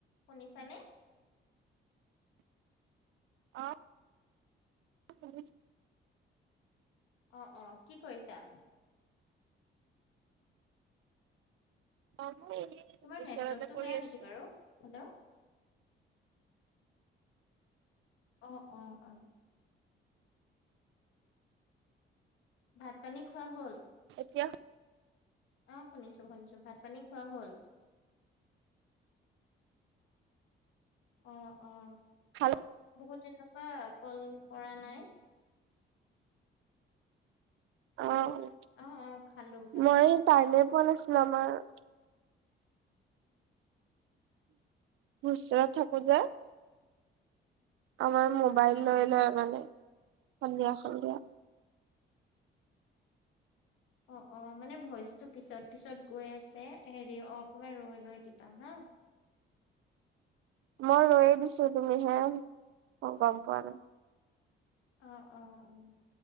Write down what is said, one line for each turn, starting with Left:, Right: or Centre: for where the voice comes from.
Left: শুনিছানে?
Right: অ' শুনিছো।
Left: অ', অ' কি কৰিছা?
Right: আছো এনেই।
Left: তোমাৰ
Right: বিচনাতে
Left: নেটৱৰ্কটো
Right: পৰি
Left: বেয়া
Right: আছো
Left: নেকি বাৰু? হেল্ল'। অহ'-অহ'-অহ'। ভাত-পানী খোৱা হ'ল?
Right: এতিয়া?
Left: অ, শুনিছো শুনিছো ভাত-পানী খোৱা হ'ল? অ, অ।
Right: <unintelligible>
Left: বহুত দিনৰ পৰা কল কৰা নাই।
Right: অ'।
Left: অঁ, অঁ, খালো, খালোঁ।
Right: মই টাইমে পোৱা নাছিলো আমাৰ- হোষ্টেলত থাকোতে- আমাৰ মোবাইল
Left: উম উম।
Right: লৈ লয় মানে, সন্ধিয়া সন্ধিয়া।
Left: অঁ, অঁ, মানে ভইচটো পিছত পিছত গৈ আছে, হেৰি অ- অকমান ৰৈ-ৰৈ দিবা হা।
Right: মই ৰৈয়ে দিছো তুমি হে, মই গম পোৱা নাই।
Left: অ, অ, অ।